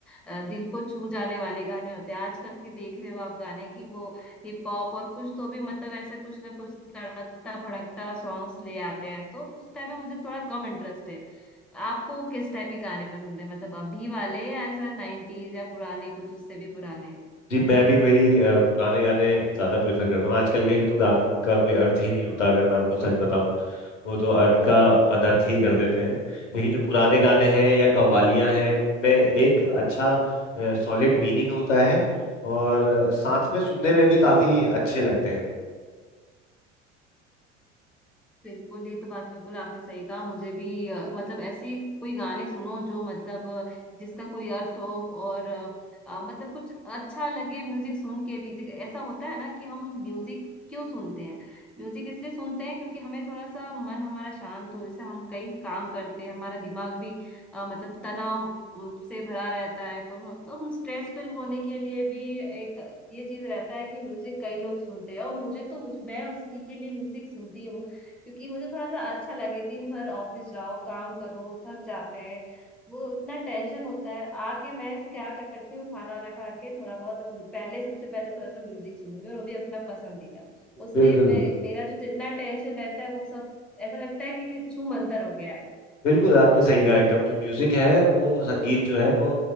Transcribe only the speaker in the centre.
अ, दिल को छू जाने वाले गाने होते हैं आजकल के देख रहे हो आप गाने की वो हिप हॉप और कुछ तो भी मतलब ऐसा कुछ ना कुछ तड़कता भड़कता सॉन्ग्स ले आते हैं तो उस टाइम में मुझे थोड़ा कम इंटरेस्ट है आपको किस टाइप के गाने पसंद है मतलब अभी वाले या ऐसा नाइन्टीज या पुराने कुछ उससे भी पुराने
बिल्कुल ये तो बात बिल्कुल आपने सही कहा मुझे भी अ, मतलब ऐसे कोई गाने सुनो जो मतलब अ, जिसका कोई अर्थ हो और अ, अ, मतलब कुछ अच्छा लगे म्यूजिक सुन के भी देख, ऐसा होता है ना कि हम म्यूजिक क्यों सुनते हैं म्यूजिक इसलिए सुनते हैं क्योंकि हमें थोड़ा सा मन हमारा शांत हो जैसे हम कई काम करते हैं हमारा दिमाग भी अ, मतलब तनाव अम, से भरा रहता है तो, तो हम स्ट्रेसफुल होने के लिए भी एक ये चीज रहता है कि म्यूजिक कई लोग सुनते हैं और मुझे तो उस, मैं उसी के लिए म्यूजिक सुनती हूँ क्योंकि मुझे थोड़ा सा अच्छा लगे दिन भर ऑफिस जाओ काम करो थक जाते हैं वो इतना टेंशन होता है आके मैं तो क्या करती हूँ खाना वाना खा के थोड़ा बहुत पहले सबसे पहले थोड़ा सा म्यूजिक सुनूंगी और वो भी अपना पसंदीदा उससे
मैं मेरा जो जितना टेंशन रहता है वो सब ऐसा लगता है कि छू मंतर हो गया है